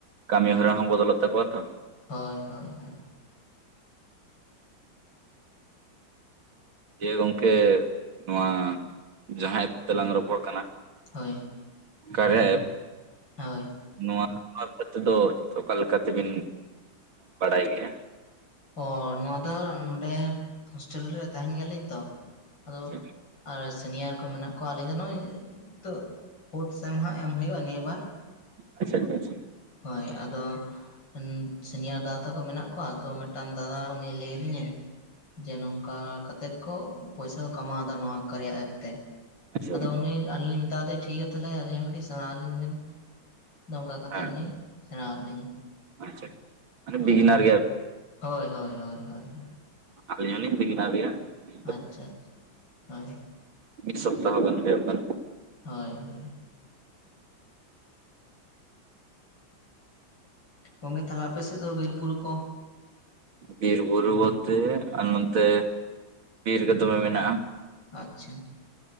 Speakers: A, on the right (about 80°); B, on the left (about 65°).
A: ᱠᱟᱹᱢᱤ ᱦᱚᱨᱟ ᱦᱚᱸ ᱵᱚᱫᱚᱞᱚᱜ ᱛᱟᱠᱚᱣᱟ ᱛᱚ᱾
B: ᱦᱳᱭ ᱦᱳᱭ ᱦᱳᱭ,
A: ᱡᱮ ᱜᱚᱨᱠᱮ ᱱᱚᱣᱟ ᱡᱟᱦᱟᱸᱭ ᱛᱮᱞᱟᱝ ᱨᱚᱯᱚᱲ ᱠᱟᱱᱟ
B: ᱦᱳᱭ
A: ᱠᱟᱨᱭᱟ ᱮᱯ,
B: ᱦᱳᱭ
A: ᱱᱚᱣᱟ ᱱᱚᱣᱟ ᱯᱚᱛᱮ ᱫᱚ ᱚᱠᱟ ᱞᱮᱠᱟ ᱛᱮᱵᱤᱱ ᱵᱟᱲᱟᱭ ᱜᱮᱭᱟ?
B: ᱚᱸᱻ ᱱᱚᱣᱟ ᱫᱚ ᱱᱚᱰᱮ ᱦᱳᱥᱴᱮᱞ ᱨᱮ ᱛᱟᱦᱮᱱ ᱜᱮᱭᱟᱞᱤᱧ ᱛᱚ ᱟᱫᱚ
A: ᱟᱪᱪᱷᱟ
B: ᱟᱨ ᱥᱤᱱᱤᱭᱟᱨ ᱠᱚ ᱢᱮᱱᱟᱜ ᱠᱚᱣᱟ ᱟᱹᱞᱤᱧ ᱫᱚ ᱱᱚᱜ-ᱚᱭ ᱛᱳᱜ ᱯᱷᱳᱨᱛᱷ ᱥᱮᱢ ᱦᱟᱸᱜ ᱮᱢ ᱦᱩᱭᱩᱜ-ᱟ ᱱᱤᱭᱟᱹ ᱵᱟᱨ
A: ᱟᱪᱪᱷᱟ ᱟᱪᱪᱷᱟ ᱟᱪᱷᱟ᱾
B: ᱦᱳᱭ ᱟᱫᱚ ᱥᱤᱱᱤᱭᱟᱨ ᱫᱟᱫᱟ ᱛᱟᱠᱚ ᱢᱮᱱᱟᱜ ᱠᱚᱣᱟ ᱛᱚ ᱢᱮᱫᱴᱟᱝ ᱫᱟᱫᱟ ᱩᱱᱤ ᱞᱟᱹᱭ ᱫᱤᱧᱟᱹ᱾ ᱡᱮ ᱱᱚᱝᱠᱟ ᱠᱟᱛᱮᱫ ᱠᱚ ᱯᱚᱭᱥᱟ ᱠᱚ ᱠᱟᱢᱟᱣ ᱫᱟ ᱱᱚᱣᱟ ᱠᱟᱨᱭᱟ ᱮᱯ ᱛᱮ᱾
A: ᱟᱪᱪᱷᱟ
B: ᱟᱫᱚ
A: ᱟᱪᱪᱷᱟ ᱟᱪᱪᱷᱟ
B: ᱩᱱᱤ ᱟᱹᱞᱤᱧ ᱞᱤᱧ ᱢᱮᱛᱟᱣ ᱫᱮᱭᱟ ᱴᱷᱤᱠ ᱜᱮᱭᱟ ᱛᱟᱦᱞᱮ ᱟᱹᱞᱤᱧ ᱦᱚᱸ ᱠᱟᱹᱴᱤᱡ ᱥᱮᱬᱟᱣ ᱟᱹᱞᱤᱧ ᱵᱮᱱ, ᱫᱚ ᱚᱝᱠᱟ
A: ᱦᱮᱸ
B: ᱠᱟᱛᱮᱜ ᱩᱱᱤ ᱥᱮᱬᱟᱣ ᱟᱜ ᱞᱤᱧᱟᱹ
A: ᱟᱪᱪᱷᱟ ᱟᱪᱪᱷᱟ ᱢᱟᱱᱮ
B: ᱦᱳᱭᱱᱟ
A: ᱵᱤᱜᱤᱱᱟᱨ
B: ᱦᱳᱭ ᱦᱳᱭ ᱦᱳᱭ ᱦᱳᱭ᱾
A: ᱟᱞᱤᱧ ᱦᱚᱞᱤᱧ ᱵᱤᱜᱤᱱᱟᱨ ᱜᱮᱭᱟ᱾ ᱱᱤᱛᱚᱜ
B: ᱟᱪᱪᱷᱟ ᱟᱪ ᱦᱳᱭ᱾
A: ᱢᱤᱫ ᱥᱚᱯᱛᱟᱦᱚ ᱷᱟᱱ ᱦᱳᱭᱳᱜ ᱠᱟᱱᱟ᱾
B: ᱦᱳᱭ ᱦᱳᱭ᱾ ᱜᱚᱝᱜᱮ ᱛᱟᱦᱞᱮ ᱟᱯᱮᱥᱮᱫ ᱫᱚ ᱵᱤᱨ ᱵᱩᱨᱩ ᱠᱚ
A: ᱵᱤᱨ ᱵᱩᱨᱩ ᱵᱳᱞᱛᱮ ᱟᱨ ᱱᱚᱛᱮ ᱵᱤᱨ ᱜᱮ ᱫᱚᱢᱮ ᱢᱮᱱᱟᱜ-ᱟ᱾
B: ᱟᱪᱪᱷᱟ᱾